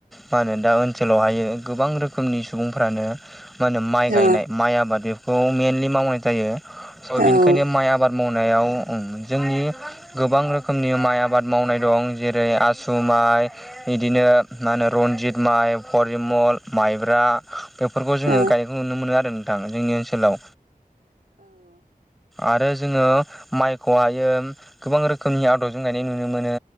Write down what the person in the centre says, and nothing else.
मा होनो दा ओनसोलावहायो गोबां रोखोमनि सुबुंफ्रानो मा होनो माइ गायनाय
माइ आबाद बेखौ मइेनलि मावनाय जायो स' बेनिखायनो
माइ आबाद मावनायाव जोंनि गोबां रोखोमनि म आबाद मावनाय दं जेरै आसु माइ बिदिनो मा होनो रन्जित माइ परिमल माइब्रा बेफोरखौ जोङो
गायनायखौ नुनो मोनो आरो नोंथां जोंनि ओनसोलाव आरो जोङो माइखौहाय गोबां रोखोमनि आदबजों गायनाय नुनो मोनो